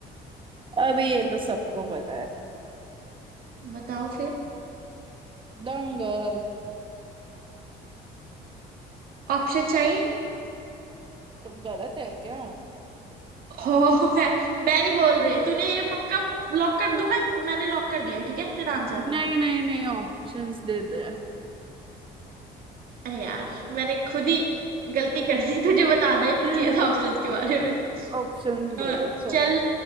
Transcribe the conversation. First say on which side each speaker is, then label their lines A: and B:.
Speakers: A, on the right; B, on the right.
A: अभी ये तो सबको पता है
B: बताओ फिर
A: दंगल
B: ऑप्शन चाहिए
A: कुछ गलत है क्या
B: <laughs> हो मैं मैं नहीं बोल रही तूने ये पक्का लॉक कर दूं मैं मैंने लॉक कर दिया है, ठीक है तेरा आंसर
A: नहीं नहीं नहीं ऑप्शंस दे दे
B: अरे यार मैंने खुद ही गलती कर दी <laughs> तुझे बताना ही नहीं
A: <laughs>
B: चाहिए था ऑप्शंस के बारे में
A: ऑप्शन दे
B: अ,
A: दे चल
B: चल